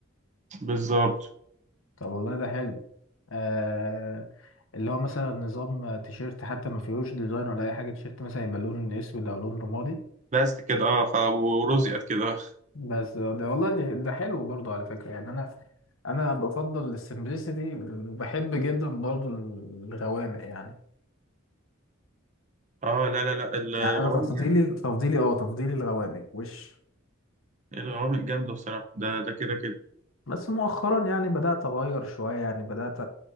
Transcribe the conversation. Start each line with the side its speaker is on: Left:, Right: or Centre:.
Right: بالظبط
Left: طب والله ده حلو آه اللي هو مثلا نظام تيشيرت حتى ما فيهوش ديزاين ولا اي حاجة تيشيرت مثلا يبقى لون اسود او لون رمادي
Right: بس كده اه خ- ورزقت
Left: آه.
Right: كده
Left: بس ده والله ده, ده حلو برضو على فكرة يعني أنا أنا بفضل السمبلسيتي وبحب جدا برضو الغوامق يعني
Right: اه لا لا لا
Left: يعني أنا
Right: الغوامق
Left: تفضيلي
Right: جامدة
Left: تفضيلي أه تفضيلي الغوامق وش
Right: الغوامق جامدة بصراحة ده ده كده كده
Left: بس مؤخرا يعني بدأت أغير شوية يعني بدأت